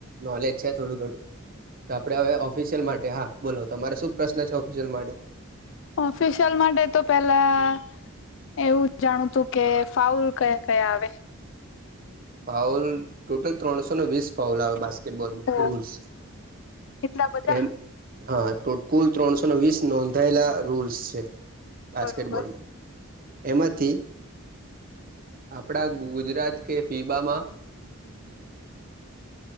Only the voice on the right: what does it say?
નોલેજ છે થોડું ઘણું તો આપડે હવે ઓફિસિયલ માટે હા તમારે શું પ્રશ્ન છે? ઓફિસિયલ માટે.
ફાઉલ ટોટલ ત્રણસો ને વીસ ફાઉલ આવે બાસ્ કેટ બોલમાં
રૂલ્સ
એમ. હા, તો કુલ ત્રણસો ને વીસ નોંધાયેલા રૂલ્સ છે. બાસ્કેટબોલમાં
એમાંથી આપડા ગુજરાત કે ફીબામાં